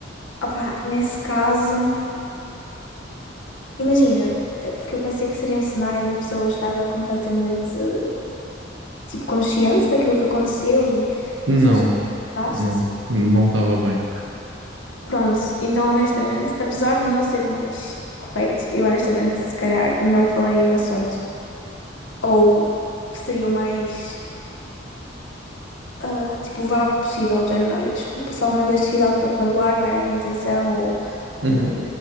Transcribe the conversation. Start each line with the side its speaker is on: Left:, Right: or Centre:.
Left: opá, nesse caso, imagina, eh, porque eu pensei que seria um cenário onde a pessoa estava completamente, eh, tipo, consciente daquilo que aconteceu e
Right: Não,
Left: que foste daste.
Right: não, não estava bem.
Left: Pronto, então honestamente, apesar de não ser mais correto, eu honestamente, se calhar, não falaria no assunto. Ou seria o mais ah, tipo vago possível, do género, olha, desculpa se alguma vez fiz algo para te magoar, não era a minha intenção, ou
Right: Uhum.
Left: hum,